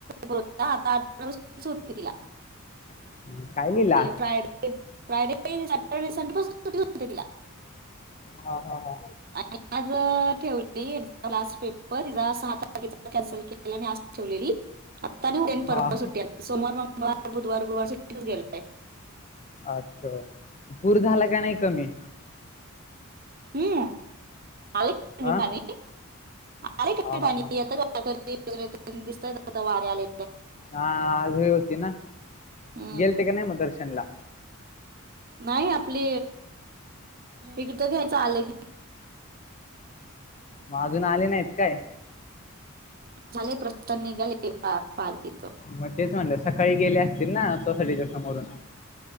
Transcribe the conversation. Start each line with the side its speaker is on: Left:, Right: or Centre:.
Right: हो आताठरा हो तिला
Left: हम्म, काय लिहिला
Right: फ्रायडे फ्रायडे सॅटर्डे संडे पासून सुटीऊ तिला
Left: हा हा हा
Right: आणि आज ठेवली लास्ट पेपर हिचा सहा तारखेचा कॅन्सल के मुलाने आज ठेवलेली. आत्तानाही नंतर
Left: हा
Right: सुट्टी आल्यावर सोमवार, मंगळवार, बुधवार गुरवार सुट्टीच गेले आहे.
Left: अच्छा. पूर झाला का नाही कमी?
Right: हम हाय <unintelligible>
Left: हा
Right: पाणी <unintelligible> काहीतरी
Left: हा हा हा
Right: <unintelligible> दिसत आता वारी आली.
Left: हा आजही होती ना?
Right: हम्म.
Left: गेलते का नाही मग दर्शनला?
Right: नाही आपली एकटं घ्यायचं आलं की.
Left: मग अजून आले नाहीत काय?
Right: झाले प्रस्थन निघाले पालखीच.
Left: मग तेच म्हणलं सकाळी गेले असतील ना? सोसाटच्या समोरून.